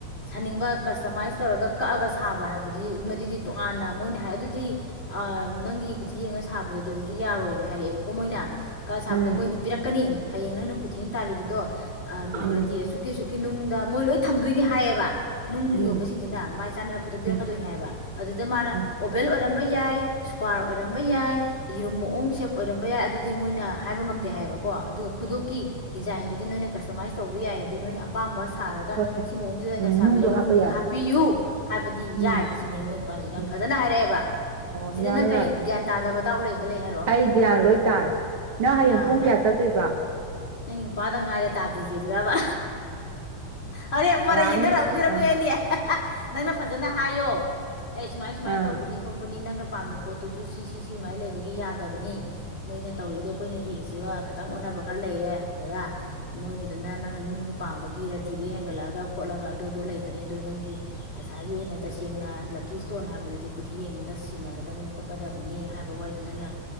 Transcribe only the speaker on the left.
ꯁꯥꯅꯤꯡꯕ ꯀꯁꯇꯃꯥꯏꯁ ꯇꯧꯔꯒ ꯀꯛꯑꯒ ꯁꯥꯕ ꯍꯥꯏꯕꯗꯤ ꯃꯗꯨꯗꯤ ꯇꯣꯉꯥꯟꯅ ꯃꯣꯏꯅ ꯍꯥꯏ ꯑꯗꯨꯗꯤ ꯅꯪꯒꯤ ꯈꯨꯊꯤ ꯌꯦꯡꯉ ꯁꯥꯕꯗꯣ ꯑꯗꯨꯗꯗꯤ ꯌꯥꯔꯣꯏꯅ ꯍꯥꯏꯔꯛꯑꯦꯕꯀꯣ ꯃꯣꯏꯅ ꯀ ꯁꯥꯕꯗꯣ
ꯃꯣꯏꯅꯤ ꯄꯤꯔꯛꯀꯅꯤ ꯍꯌꯦꯡ ꯅꯪ ꯅꯪ ꯀꯊꯤꯅ ꯇꯥꯜꯂꯤꯕꯗꯣ ꯑꯒ
ꯁꯨꯀꯦ ꯁꯨꯛ ꯀꯤꯅꯨꯡꯗ ꯃꯣꯏ ꯂꯣꯏ ꯊꯝꯗꯣꯏꯅꯤ ꯍꯥꯏꯌꯦꯕ ꯅꯨꯡ ꯌꯣꯟꯕꯁꯤꯡꯁꯤꯅ
ꯃꯥꯏ ꯆꯥꯅ ꯄꯣꯠꯇꯣ ꯄꯤꯔꯛꯀꯗꯣꯏꯅꯤ
ꯍꯥꯏꯕ ꯑꯗꯨꯗ ꯃꯥꯅ
ꯑꯣꯕꯦꯜ ꯑꯣꯏꯔꯝꯕ ꯌꯥꯏ ꯏꯁꯀ꯭ꯋꯥꯔ ꯑꯣꯏꯔꯝꯕ ꯌꯥꯏ ꯌꯦꯔꯨꯝ ꯃꯑꯣꯡ ꯁꯦꯞ ꯑꯣꯏꯔꯝꯕ ꯌꯥꯏ ꯑꯗꯨꯗꯤ ꯃꯣꯏꯅ ꯍꯥꯏꯕ ꯉꯝꯗꯦ ꯍꯥꯏꯕꯀꯣ ꯑꯗꯨꯒ ꯈꯨꯗꯣꯀꯤ ꯗꯤꯖꯥꯏꯟꯗꯨꯗꯤ ꯅꯣꯏꯅ ꯀꯁꯇꯃꯥꯏꯁ ꯇꯧꯕ ꯌꯥꯏ ꯑꯗꯩ ꯅꯣꯏꯅ ꯑꯄꯥꯝꯕ ꯁꯥꯔꯒ
ꯁꯤ ꯃꯑꯣꯡꯁꯤꯗ ꯑꯩꯅ
ꯁꯥꯕꯤꯔꯒ
ꯅꯨꯡꯗꯨ
ꯍꯥꯞꯄꯤꯌꯨ ꯍꯥꯏꯕꯗꯤ ꯌꯥꯏ
ꯁꯤꯅꯤ ꯃꯣꯏ ꯃꯄꯥꯟꯁꯤꯗ ꯌꯥꯝ
ꯐꯖꯅ ꯍꯥꯏꯔꯛꯑꯦꯕ
ꯁꯤꯗ
ꯅꯪ ꯀꯔꯤ
ꯒ꯭ꯌꯥꯟ ꯇꯥꯗꯕ ꯗꯥꯎꯠ ꯂꯩꯕ ꯂꯩ ꯍꯥꯏꯔꯛꯑꯣ
ꯑꯥ
ꯅꯪ
ꯅꯪꯒꯤ ꯅꯨꯄꯥꯗ ꯉꯥꯏꯔꯦ ꯇꯥꯗ꯭ꯔꯤꯁꯦ ꯑꯗꯨꯔꯕ ꯍꯔꯦꯟ ꯑꯃꯨꯛ ꯃꯔꯩ
ꯌꯦꯟꯅꯔꯛꯧꯗꯣꯏꯔꯅꯨ
ꯑꯦꯅꯦ ꯅꯪꯅ ꯐꯖꯅ ꯍꯥꯏꯌꯣ ꯑꯩ ꯁꯨꯃꯥꯏ ꯁꯨꯃꯥꯏꯅ
ꯇꯧꯕꯅꯤ ꯈꯣꯠꯄꯅꯤ ꯅꯪꯅ ꯄꯥꯝꯃꯤ ꯄꯣꯠꯇꯨꯁꯨ ꯁꯤ ꯁꯤ ꯁꯤ ꯁꯃꯥꯏꯅ ꯂꯩꯕꯒꯤ ꯌꯥꯗꯕꯅꯤ ꯃꯣꯏꯅ ꯇꯧꯔꯛꯏꯗꯣ ꯑꯩꯈꯣꯏꯅ ꯌꯦꯡꯁꯤꯒ ꯈꯤꯇꯪ ꯑꯣꯟꯅꯕ ꯈꯔ ꯂꯩꯔꯦ ꯗꯗꯥ ꯃꯣꯏꯒꯤꯗꯨꯅ ꯅꯪꯅ ꯅꯨꯡꯗꯨ ꯄꯥꯝꯕꯒꯤ ꯔꯥꯇꯤꯗꯨꯣ ꯍꯦꯟꯒꯠꯂꯛꯑꯒ ꯈꯣꯠꯂꯒ ꯑꯗꯨꯗꯣ ꯂꯩꯕꯅꯤ ꯑꯗꯨ ꯅꯪꯒꯤ ꯅꯁꯥꯒꯤ ꯑꯣꯏꯅ ꯇꯁꯦꯡꯅ ꯂꯛꯀꯤ ꯏꯁꯇꯣꯟ ꯍꯥꯏꯕꯗꯨꯗꯤ ꯀꯨꯊꯤ ꯌꯦꯡꯉꯒ ꯁꯤꯟꯅꯒꯗꯕꯅꯤ ꯈꯣꯠꯀꯗꯕꯅꯤ ꯍꯥꯏꯕ ꯋꯥꯏꯗꯣ ꯅꯪꯅ